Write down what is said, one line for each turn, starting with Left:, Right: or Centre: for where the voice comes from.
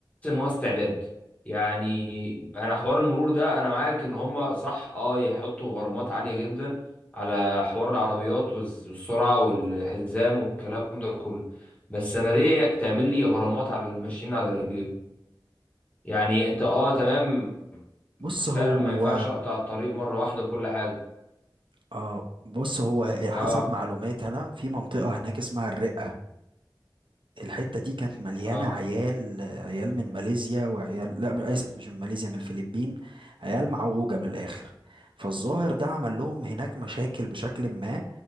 Left: إن هو استعباد يعني أنا حوار المرور ده أنا معاك إن هما صح أه يحطوا غرامات عالية جدا على حوار العربيات والز- والسرعة والحزام والكلام ده كله بس أنا ليه تعمل لي غرامات على الماشيين على رجليهم يعني أنت أه تمام
Right: بص
Left: فعلا
Right: هو
Left: ما ينفعش أقطع الطريق مرة واحدة وكل حاجة
Right: اه بص هو حسب
Left: أه
Right: معلومات انا في منطقة هناك اسمها الرقة الحتة دي كانت مليانة
Left: أه
Right: عيال عيال من ماليزيا وعيال لا من اسف مش من ماليزيا من الفلبين عيال معوجة من الاخر فالظاهر ده عمل لهم هناك مشاكل بشكل ما